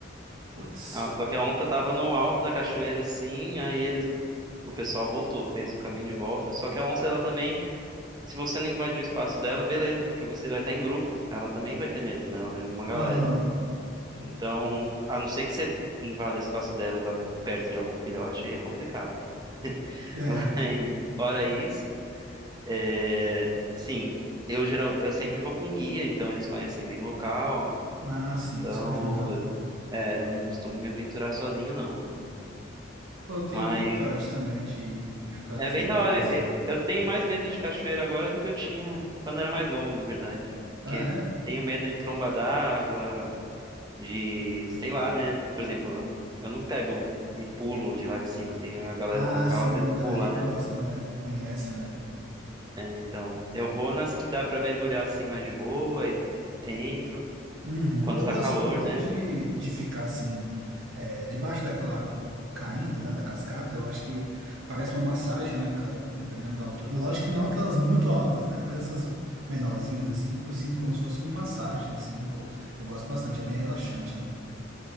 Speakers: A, on the right; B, on the right.
A: Putz.
B: Ah, Só que a onça estava no alto da cachoeira assim, aí eles, o pessoal voltou, fez o caminho de volta. Só que a onça, ela também, se você não invadir o espaço dela, beleza, porque você vai estar em grupo. Ela também vai ter medo, né? Ela vai ver uma galera.
A: Aham.
B: Então, a não ser que você invada o espaço dela e vá perto de algum filhote, aí é complicado. <laughs>
A: É.
B: Mas fora isso, é, assim, eu geral, eu sempre vou com guia, então eles conhecem bem o local.
A: Ah, sim,
B: Então,
A: isso ajuda, né?
B: é, não costumo me aventurar sozinho, não.
A: Pô, Eu tenho
B: Mas
A: vontade também de, de fazer
B: é bem da
A: umas
B: hora.
A: assim.
B: E- Eu tenho mais medo de cachoeira agora do que eu tinha quando era mais novo, na verdade. Porque
A: Ah, é?
B: tenho medo de tromba d'água, de, sei lá, né? Por exemplo, eu eu não pego e pulo de lá de cima. Tem a galera
A: Ah,
B: local,
A: sim,
B: às vezes
A: tem uma galera
B: pula,
A: que
B: né?
A: gosta, né? Que conhece, né?
B: É, então, eu vou nas que dá pra mergulhar assim mais de boa, aí entro
A: Uhum.
B: quando
A: Eu
B: tá
A: gosto
B: calor,
A: muito
B: né?
A: de, de ficar assim, é, debaixo daquela água caindo, né? Da cascata. Eu acho que parece uma massagem, né, cara? Dependendo da altura. Lógico que não aquelas muito altas, né? Mas essas menorzinhas, assim, eu sinto como se fosse uma massagem, assim. Eu, eu gosto bastante, é bem relaxante, né?